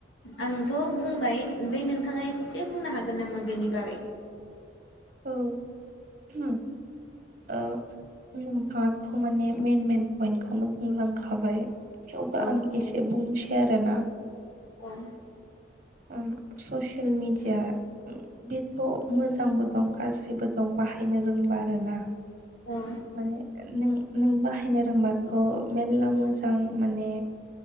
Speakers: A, on the left; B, on the right.
A: आंथ' बुंबाय ओमफ्राय नोंथाङा एसे बुंनो हागोन नामा बेनि बागै
B: औ <unintelligible> नोंथाङाथ' माने मेन मेन पइन्टखौनो बुंलांखाबा थेवबो
A: औ
B: आं एसेब बुंनोसै आरोना
A: औ
B: ओं स'सेल मिडया बेथ' मोजांबो दं गाज्रिबो दं बाहायनो रोंबा आरोना
A: औ
B: माने नों नों बाहायनो रोंबाथ' मेर्ला मोजां माने